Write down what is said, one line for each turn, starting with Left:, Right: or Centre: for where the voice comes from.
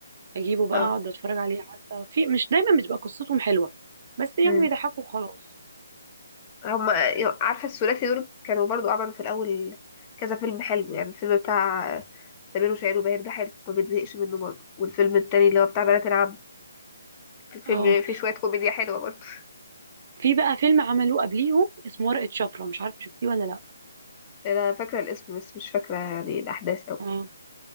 Right: اجيبه بقى
Left: اه
Right: اقعد اتفرج عليه حتى في مش دايما بتبقى قصتهم حلوه بس يعني
Left: امم
Right: بيضحكوا وخلاص
Left: هما عارفة الثلاثي دول كانوا برضو عملوا في الأول كذا فيلم حلو يعني الفيلم بتاع سمير وشهير وبهير ده حلو ما بتزهقش منه برضو والفيلم التاني اللي هو بتاع بنات العم في
Right: اه
Left: في شوية كوميديا حلوة برضه
Right: في بقى فيلم عملوه قبليهم اسمه ورقة شفرة مش عارفه شفتيه ولا لا
Left: انا فاكرة الاسم بس مش فاكرة يعني الاحداث اوي
Right: اه